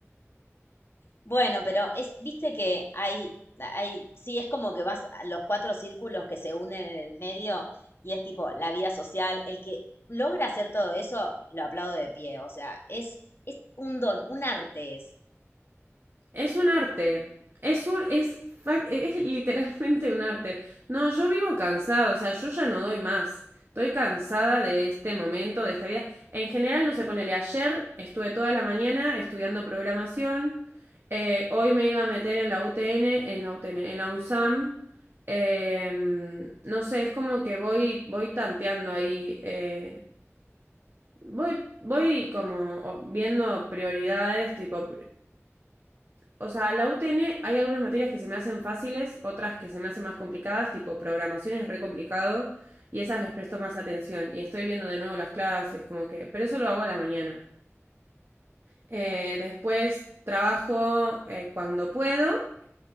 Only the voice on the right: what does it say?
Es un arte. Es un, es, fa- es literalmente un arte. No, yo vivo cansado, o sea, yo ya no doy más. Estoy cansada de este momento, de esta vida. En general, no se sé, ponele ayer, estuve toda la mañana estudiando programación. Eh, hoy me iba a meter en la UTN, en la UTN, en la UNSAM. Eh, no sé, es como que voy, voy tanteando ahí. eh, voy, voy como o- viendo prioridades, tipo, o sea, la UTN hay algunas materias que se me hacen fáciles, otras que se me hacen más complicadas, tipo programación es re complicado y esas les presto más atención y estoy viendo de nuevo las clases, como que, pero eso lo hago a la mañana. Eh, después trabajo eh, cuando puedo